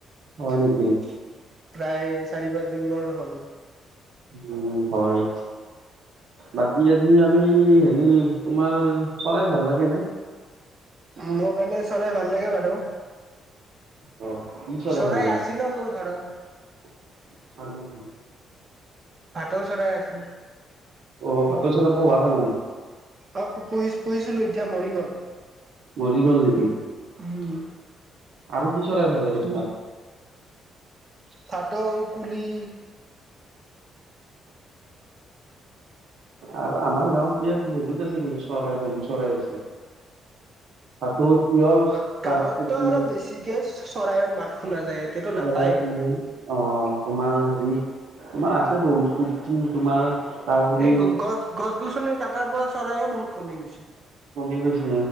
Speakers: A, on the right (about 75°); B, on the right (about 45°).
A: হয়
B: প্ৰায়
A: নেকি
B: চাৰি পাঁচ দিনৰ <unintelligible> হ'ল
A: উম হয় বাকী আজি আমি হেৰি তোমাৰ চৰাই ভাল লাগে নে
B: মোৰ কাৰণে চৰাই ভাল লাগে বাৰু
A: অ', কি
B: চৰাই
A: ভাল লাগে?
B: আছিল‌ও মোৰ ঘৰত
A: <unintelligible>
B: ভাটৌ চৰাই আছে।
A: অ' ভাটৌৰ চৰা পোহা তামানে?
B: অ' পো-পোহিছ, পোহিছিলো এতিয়া মৰি গ'ল।
A: মৰি গ'ল নেকি? আৰু
B: উম
A: কিচ চৰাই ভাল লাগে তোমাৰ?
B: ভাটৌ, কুলি
A: আৰু আমাৰ গাঁৱত ইয়াত বহুত আছে কিন্তু চৰাই, বহুত চৰাই আছে। ভাটৌ, তিয়হ তাৰপিছত
B: গাঁৱতটো আৰু বেছিকে চৰাইঅৰ মাত খুনা যায় ইয়াতেটো
A: ধৰা
B: নাপায়েই।
A: তোমাৰ অ' তোমাৰ হেৰি, তোমাৰ আছে বহুত কুপ্তি, তোমাৰ কাউৰী
B: এই গ-গছ, গছ-গছনি কাটাৰ পৰা চৰাইয়ো বহুত কমি গৈছে।
A: কমি গৈছে।